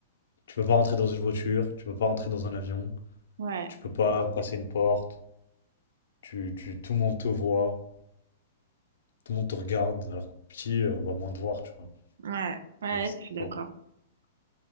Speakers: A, on the left; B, on the right.
A: Tu peux pas rentrer dans une voiture, tu peux pas rentrer dans un avion,
B: Ouais,
A: tu peux pas passer une porte. Tu, tu, tout le monde te voit, tout le monde te regarde, alors que petit, euh, on va moins te voir, tu vois.
B: ouais, ouais,
A: Même si
B: je
A: c'est
B: suis d'accord.